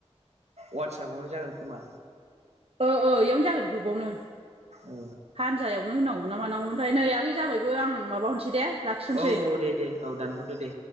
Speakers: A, on the right; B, on the right.
A: वाटसापआवनो जागोन खोमा।
B: औ ओ इयावनो जागोन ग्रुपावनो
A: औ
B: हानजायाव। नो होनांगौ मानांगौै थाय नै आगै जाबाय। बो आं माबाहनोसै दे लाखिथ'नोसै।
A: औ दे दे औ दानहरदो दे